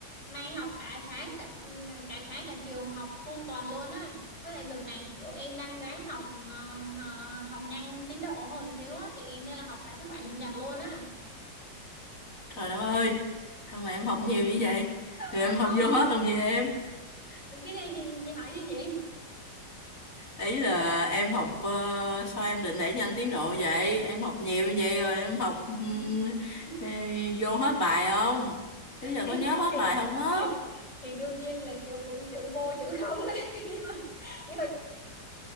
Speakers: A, on the left (about 20°); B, on the left (about 45°).
A: Nay học cả sáng cả ừ, cả sáng cả chiều mà học full tuần luôn á. Với lại đợt này kiểu em đang ráng học ờ, hờ- học nhanh tiến độ hơn xíu á chị, nên là học cả thứ bảy chủ nhật luôn á.
B: Trời đất ơi, sao mà em học nhiều như vậy? Rồi
A: Ờ,
B: em học vô hết không vậy em?
A: cái này chị chị hỏi gì chị?
B: Ý là em học, ờ, sao em định đẩy nhanh tiến độ vậy? Em học nhiều như vậy rồi em học ừm,
A: <laughs>
B: ừ, vô hết bài không? Ý là
A: thì,
B: có nhớ hết bài không á?
A: thì, thì đương nhiên là kiểu cũng chữ vô chữ không đấy. <laughs> nhưng mà nhưng mà